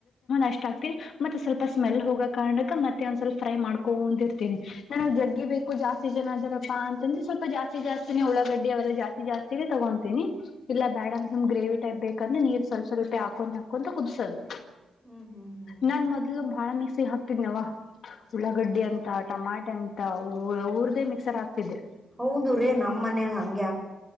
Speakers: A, on the left; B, in the centre.
A: ಅಷ್ಟ್ ಆಗ್ತಿವ್ ಮತ್ ಸ್ವಲ್ಪ ಸ್ಮೆಲ್ ಹೋಗೋ ಕಾರ್ಣಕ್ಕ ಮತ್ತೆ ಒಂದ್ ಸ್ವಲ್ಪ ಫ್ರೈ ಮಾಡ್ಕೊಂಡಿರ್ತೀನಿ ನಾನ ಜಗ್ಗಿ ಬೇಕು ಜಾಸ್ತಿ ಜನ ಅದಾರಪ್ಪಾ ಅಂತಂದ್ರೆ ಸ್ವಲ್ಪ ಜಾಸ್ತಿ ಜಾಸ್ತಿನೇ ಉಳ್ಳಾಗಡ್ಡಿ ಅವೆಲ್ಲ ಜಾಸ್ತಿ ಜಾಸ್ತಿನೇ ತಗೊಂತಿನಿ ಇಲ್ಲ ಬ್ಯಾಡಂದುಮ್ ಗ್ರೇವಿ ಟೈಪ್ ಬೇಕಂದ್ರ ನೀರ್ ಸ್ವಪ ಸ್ವಲ್ಪೆ ಹಾಕೊಂತ ಹಾಕೊಂತ ಕುದ್ಸೋದು.
B: ಹ್ಮ್ ಹ್ಮ್ ಹ್ಮ್
A: ನಾನ್ ಮೊದ್ಲು ಬಾಳ ಮಿಸ್ ಕ್ಸಿ ಹಾಕ್ತಿದ್ನವ ಉಳ್ಳಾಗಡ್ಡಿ ಅಂತ ಟಮಾಟೆ ಅಂತ ಊ ಹುರ್ದೆ ಮಿಕ್ಸರ್ ಹಾಕ್ತಿದ್ದೆ.
B: ಹೌದು ರೇ ನಮ್ ಮನೆ ಹಂಗೆ ಆ